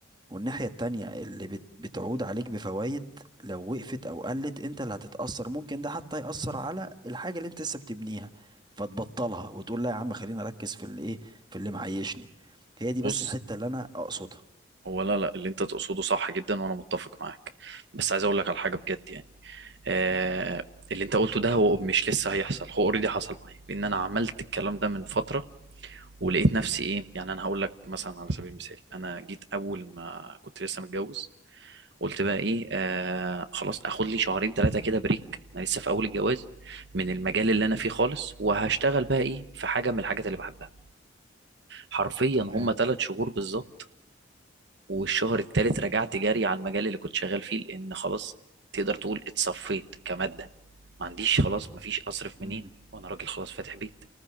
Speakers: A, on the right (about 20°); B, on the right (about 60°).
A: والناحية التانية اللي بت- بتعود عليك بفوائد لو وقفت او قلت انت اللي هتتأثر ممكن ده حتى يأثر على الحاجة اللي انت لسه بتبنيها فتبطلها وتقول لا يا عم خليني اركز في اللي ايه في اللي معيشني هي دي
B: بص
A: بس الحتة اللي انا اقصدها
B: هو لا لا اللي انت تقصده صح جدا وانا متفق معاك بس عايز اقول لك على حاجه بجد يعني آه اللي انت قلته ده هو مش لسه هيحصل هو اوريدي حصل معايا لان انا عملت الكلام ده من فتره ولقيت نفسي ايه يعني انا هقول لك مثلا على سبيل المثال انا جيت اول ما كنت لسه متجوز قلت بقى ايه آه خلاص اخد لي شهرين ثلاثه كده بريك انا لسه في اول الجواز من المجال اللي انا فيه خالص وهشتغل بقى ايه في حاجه من الحاجات اللي بحبها حرفيا
A: تمام
B: هم ثلاث شهور بالظبط والشهر الثالث رجعت جري على المجال اللي كنت شغال فيه لان خلاص تقدر تقول اتصفيت كماده ما عنديش خلاص ما فيش اصرف
A: مم.
B: منين وانا راجل خلاص فاتح بيت